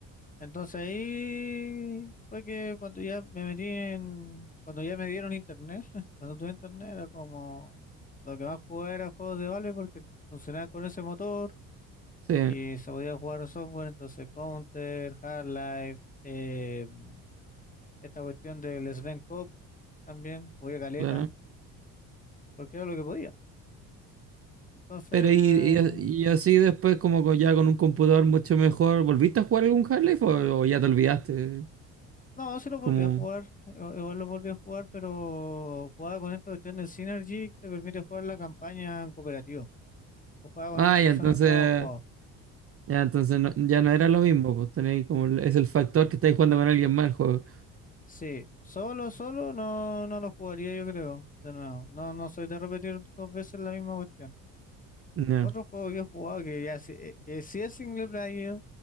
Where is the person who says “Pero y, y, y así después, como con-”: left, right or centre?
Right